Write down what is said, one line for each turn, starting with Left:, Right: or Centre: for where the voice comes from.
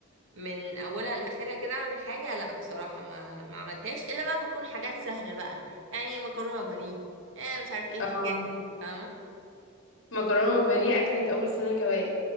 Right: من اولها لاخرها كده اعمل حاجه لا بصراحه ما ما عملتهاش الا بقى بتكون حاجات سهله بقى يعني مكرونه وبانيه إيه مش عارف ايه
Left: اه
Right: الحاجات دي فاهمه
Left: مكرونه وبانيه اكلت اول سنه جواز